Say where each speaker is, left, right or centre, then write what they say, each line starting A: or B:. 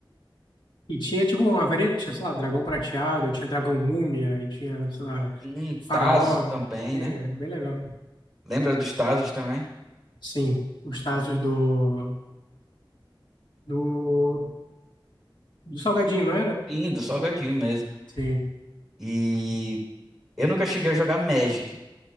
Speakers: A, on the left; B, in the centre.
A: E tinha tipo uma variedade, tinha, sei lá, dragão prateado, tinha dragão múmia, e tinha, sei lá,
B: Sim,
A: faraó.
B: Tazo também,
A: É,
B: né?
A: bem legal.
B: Lembra dos Tazos também?
A: Sim, os Tazos do, do, do Salgadinho, não era?
B: Sim, do salgadinho mesmo.
A: Sim.
B: E eu nunca cheguei a jogar Magic,